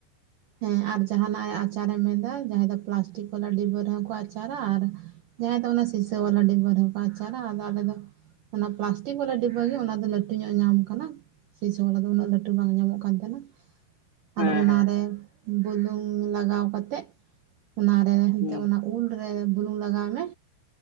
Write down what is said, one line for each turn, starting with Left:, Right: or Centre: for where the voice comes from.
Right: ᱦᱮᱸ ᱟᱨ ᱡᱟᱦᱦᱟᱱᱟᱜ ᱟᱪᱟᱨᱮ ᱢᱮᱱᱫᱟ ᱡᱟᱦᱟᱸᱭ ᱫᱚ ᱯᱞᱟᱥᱴᱤᱠ ᱵᱟᱞᱟ ᱰᱤᱵᱟᱹ ᱨᱮᱦᱚᱸ ᱠᱚ ᱟᱪᱟᱨᱟ ᱟᱨ ᱡᱟᱦᱟᱸᱭ ᱫᱚ ᱚᱱᱟ ᱥᱤᱥᱟᱹ ᱵᱟᱞᱟ ᱰᱤᱵᱟᱹ ᱨᱮᱦᱚᱸ ᱠᱚ ᱟᱪᱟᱨᱟ ᱟᱫᱚ ᱟᱞᱮ ᱫᱚ ᱚᱱᱟ ᱯᱞᱟᱥᱴᱤᱠ ᱵᱟᱞᱟ ᱟᱹᱰᱤ ᱵᱷᱟᱹᱜᱤ ᱚᱱᱟ ᱫᱚ ᱞᱟᱹᱴᱩ ᱧᱚᱜ ᱧᱟᱢ ᱟᱠᱟᱱᱟ᱾ <unintelligible> ᱫᱚ ᱩᱱᱟᱹᱜ ᱞᱟᱹᱴᱩ ᱵᱟᱝ ᱧᱟᱢᱚᱜ ᱠᱟᱱ ᱛᱟᱦᱮᱱᱟ᱾
Left: ᱦᱮᱸ
Right: ᱟᱨ ᱚᱱᱟᱨᱮ
Left: ᱦᱮᱸ
Right: ᱵᱩᱞᱩᱝ ᱞᱟᱜᱟᱣ ᱠᱟᱛᱮᱫ ᱚᱱᱟᱨᱮ ᱮᱱᱛᱮ
Left: ᱦᱩᱸ
Right: ᱚᱱᱟ ᱩᱞᱨᱮ ᱵᱩᱞᱩᱝ ᱞᱟᱜᱟᱣ ᱢᱮ